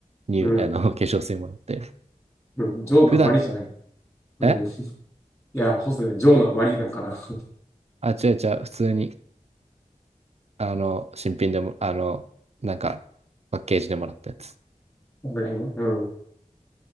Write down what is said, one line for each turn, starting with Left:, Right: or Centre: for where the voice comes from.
Right: 乳、
Left: うん。
Right: <laughs> あの、化粧水もらって、
Left: うん、ジョーの余りじゃない。
Right: 普段、
Left: うん。
Right: え
Left: いや、ホスで、ジョーの余りなんかな。<laughs> さ
Right: あ、違う違う、普通に、あの、新品でも、あの、なんか、パッケージでもらったやつ。
Left: すがにね。うん。う